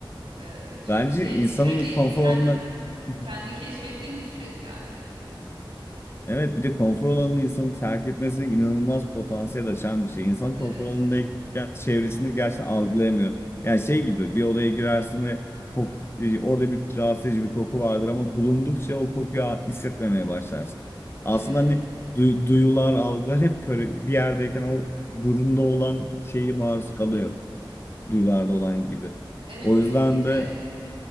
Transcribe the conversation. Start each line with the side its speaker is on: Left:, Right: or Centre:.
Right: Ee, çünkü
Left: Bence
Right: şey
Left: insanın
Right: sürekli
Left: konfor
Right: kendi,
Left: alanına <laughs>
Right: kendi keşfettiğim bir süreç yani.
Left: Evet bir de konfor alanını insanın terk etmesi inanılmaz potansiyel açan bir şey. İnsan
Right: Evet,
Left: konfor alanındayken çevresini gerçekten algılayamıyor. Yani şey gibi bir odaya girersin ve kok, e, orada bir rahatsız edici bir koku vardır ama bulundukça o kokuyu a- hissetmemeye başlarsın. Aslında
Right: evet.
Left: hani duy- duyular, algılar hep böyle bir yerdeyken o burunda olan şeyi maruz kalıyor. Duyularda olan gibi.
Right: Evet
Left: O
Right: kesinlikle.
Left: yüzden de